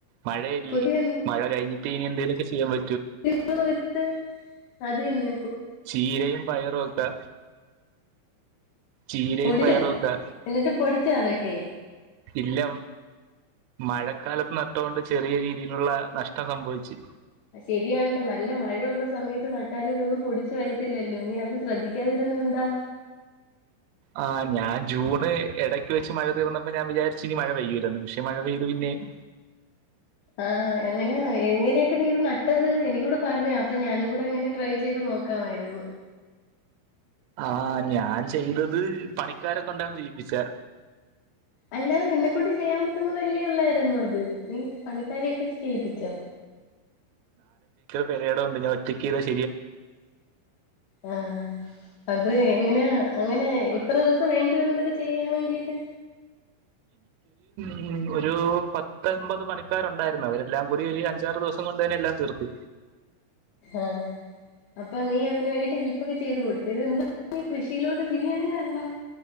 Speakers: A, on the right; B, on the left.
A: മഴയല്ലി
B: പുതിയ
A: മഴ കഴിഞ്ഞിട്ട് ഇനി എന്തേലുമൊക്കെ ചെയ്യാൻ പ
B: <unintelligible> അതന്നെ
A: ചീരയും പയറും ഒക്കെ ചീരയും
B: പൊടിച്ചാ
A: പയറും ഒക്കെ
B: എന്നിട്ട് പൊടിച്ചാ അതൊക്കെ
A: ഇല്ല മഴക്കാലത്ത് നട്ടൊണ്ട് ചെറിയ രീതിയിലുള്ള നഷ്ടം സംഭവിച്ചു
B: ശരിയണട നല്ല മഴയുള്ള സമയത്ത് നട്ടാല് ഇതൊന്നും പൊടിച്ച് വരത്തില്ലല്ലോ നീ അത് ശ്രദ്ധിക്കാതിരി എന്താ
A: ആ ഞാൻ ജൂണ് ഇടയ്ക്ക് വെച്ച് മഴ തീർന്നപ്പോ ഞാൻ വിചാരിച്ച് ഇനി മഴ പെയ്യുലന്നു പക്ഷെ മഴ പെയ്തു പിന്നെ ഉം
B: ഉ ആഹ് അങ്ങനാ എങ്ങനെയൊക്കെ നീത് നട്ടത് എനികൂടെ പറഞ്ഞു താ അപ്പൊ ഞാനും കൂടെ അങ്ങനെ ട്രൈ ചെയ്ത് നോ നോക്കാമായിരുന്നു
A: ആഹ് ഞാൻ ചെയ്തത് പണിക്കാരെ കൊണ്ടാണ് ചെയ്യിപ്പിചേ
B: അല്ലാതെ നിന്നെ കൊണ്ട് ചെയ്യാൻ പറ്റുന്നതല്ലേ ഉള്ളായിരുന്നു അത് നീ പണി ക്കാരെ <unintelligible> ചെയ്യിപ്പിച്ചോ
A: പേരെടം ഉണ്ട് ഞാൻ ഒറ്റക്ക് ചെയ്ത ശെ
B: ആ അത് എങ്ങനെ അങ്ങനെ എത്ര ദിവസ വേണ്ടി വന്നു ഇതൊക്കെ ചെയ്യാൻ വേണ്ടിട്ട്
A: ഉം ഒരു പത്തൊൻപത് പണിക്കാരു ഉണ്ടായിരുന്നു അവരെല്ലാം കൂടി ഒരു അഞ്ചാറ് ദിവസം കൊണ്ട് തന്നെ എല്ലാം തീർത്തു
B: ആഹ് അപ്പൊ നീ അതിന് വേണ്ടീട്ട് ഹെൽപ്പൊക്കെ ചെയ്ത് കൊടുത്ത് ഇത് എന്താ നീ കൃഷിയിലോട്ട് തിരിയാൻ കാരണ രണം